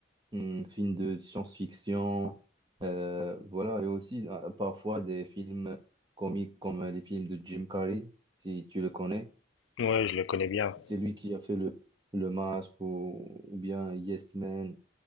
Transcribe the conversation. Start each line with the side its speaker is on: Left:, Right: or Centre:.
Right: hmm, films de science-fiction, euh, voilà, et aussi euh, parfois des films comiques comme euh, les films de Jim Carrey, si tu le connais.
Left: Ouais, je le connais bien.
Right: C'est lui qui a fait le, le Masque ou, ou bien Yes Man